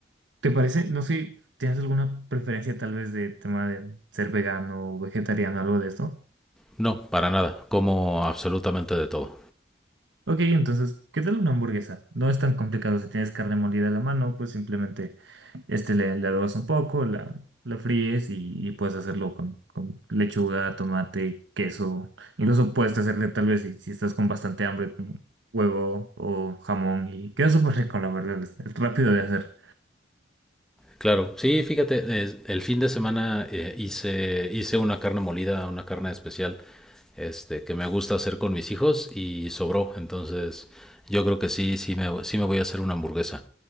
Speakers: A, on the right; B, in the centre.
A: ¿Te parece? No sé, ¿tienes alguna preferencia tal vez de tema de ser vegano o vegetariano, algo de esto?
B: No, para nada, como absolutamente de todo.
A: Ok, entonces, ¿qué tal una hamburguesa? No es tan complicado. Si tienes carne molida a la mano, pues simplemente Este le, le adobas un poco, la, la fríes y, y puedes hacerlo con, con lechuga, tomate, queso. Incluso puedes hacerle tal vez si, si estás con bastante hambre, un huevo o jamón y queda súper rico, la verdad. Es, es rápido de hacer.
B: Claro, sí, fíjate, es- el fin de semana eh, hice, hice una carne molida, una carne especial, este, que me gusta hacer con mis hijos y sobró, entonces yo creo que sí, sí me, sí me voy a hacer una hamburguesa.